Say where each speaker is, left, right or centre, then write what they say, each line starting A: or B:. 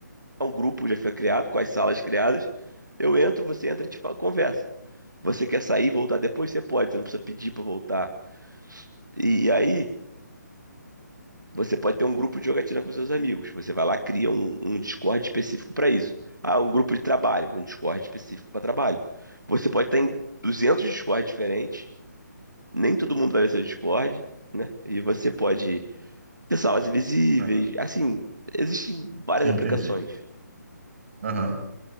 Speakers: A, on the right; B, on the right.
A: é um grupo já fica criado, com as salas criadas. Eu entro, você entra e a gente fa- conversa. Você quer sair e voltar depois? Você pode, você não precisa pedir pra voltar. E aí. Você pode ter um grupo de jogatina com seus amigos. Você vai lá, cria um, um Discord específico para isso. Ah, um grupo de trabalho, um Discord específico para trabalho. Você pode estar em 200 Discords diferentes, nem todo mundo vai ver seu Discord, né? E você pode ter salas invisíveis,
B: É,
A: assim, existem várias
B: sim,
A: aplicações.
B: entendi. Aham.